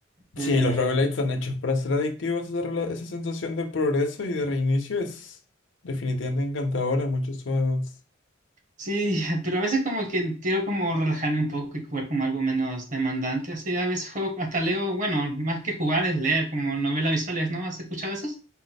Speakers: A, on the right; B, on the left.
A: eh,
B: Sí, los roguelites están hechos para ser adictivos. Esa, rela- esa sensación de progreso y de reinicio es definitivamente encantadora en muchos juegos.
A: sí, <laughs> pero a veces como que quiero como relajarme un poco y jugar como algo menos demandante. Así a veces juego, hasta leo, bueno, más que jugar es leer, como novelas visuales, ¿no? ¿Has escuchado eso?